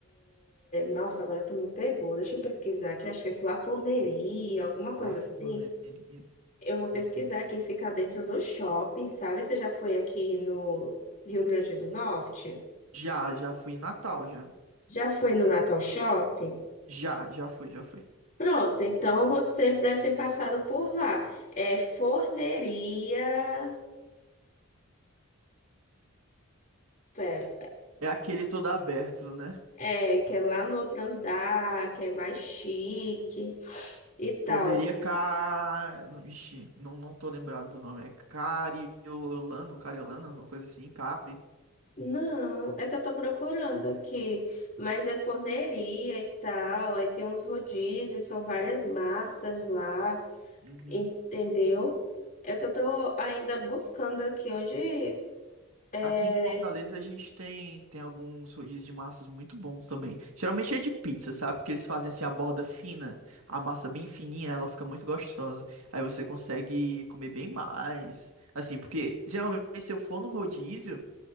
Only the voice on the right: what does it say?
Lá Flanelinha.
Já, já fui em Natal, já.
Já, já fui, já fui.
É aquele todo aberto, né?
Forneria Car... não- Ixi, não, não tô lembrado do nome. É Cariolano, Cariolano, alguma coisa assim, Capri.
Uhum.
Aqui
em Fortaleza a gente tem, tem alguns rodízios de massas muito bons também. Geralmente é de pizza, sabe? Porque eles fazem assim a borda fina, a massa bem fininha, ela fica muito gostosa. Aí você consegue comer bem mais. Assim, porque geralmente se eu for no rodízio,